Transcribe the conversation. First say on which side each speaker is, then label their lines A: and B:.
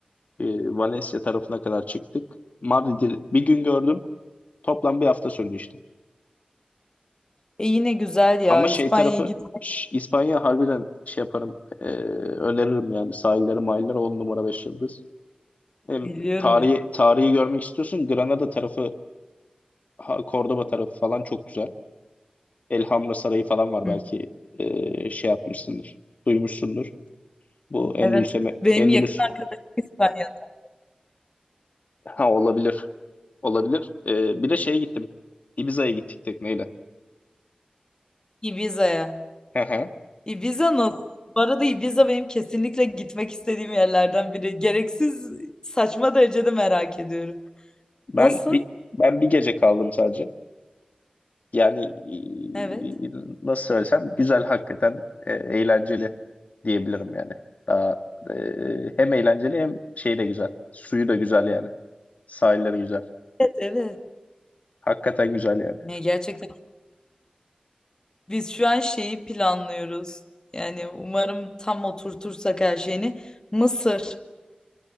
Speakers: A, on the left; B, on the left.
A: eee, Valencia tarafına kadar çıktık. Madrid'i bir gün gördüm. Toplam bir hafta sürdü işte.
B: E yine güzel ya.
A: Ama
B: İspanya'ya
A: şey tarafı
B: git.
A: ş- İspanya harbiden şey yaparım. eee, öneririm yani sahilleri, mahalleleri 10 numara 5 yıldız. E,
B: Biliyorum.
A: tarihi, tarihi görmek istiyorsun. Granada tarafı, ha- Cordoba tarafı falan çok güzel. Elhamra Sarayı falan var
B: Hı.
A: belki e, şey yapmışsındır, duymuşsundur. Bu Endülüs'e,
B: Evet.
A: mi-
B: Benim
A: Endülüs
B: yakın arkadaşım İspanya'da.
A: ha, olabilir. Olabilir. E, bir de şeye gittim. Ibiza'ya gittik tekneyle.
B: Ibiza'ya.
A: Hı hı.
B: Ibiza nasıl? Bu arada Ibiza benim kesinlikle gitmek istediğim yerlerden biri. Gereksiz saçma derecede merak ediyorum.
A: Ben
B: Nasıl?
A: bir ben bir gece kaldım sadece. Yani e,
B: Evet.
A: nasıl söylesem güzel hakikaten e, eğlenceli diyebilirim yani. Daha e, hem eğlenceli hem şey de güzel. Suyu da güzel yani. Sahilleri güzel.
B: Evet, evet.
A: Hakikaten güzel yani.
B: Ya gerçekten Biz şu an şeyi planlıyoruz. Yani umarım tam oturtursak her şeyini. Mısır.